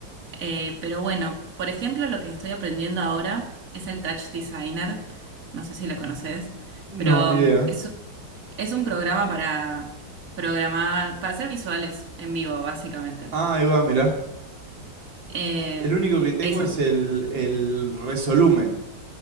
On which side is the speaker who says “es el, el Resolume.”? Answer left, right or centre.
Right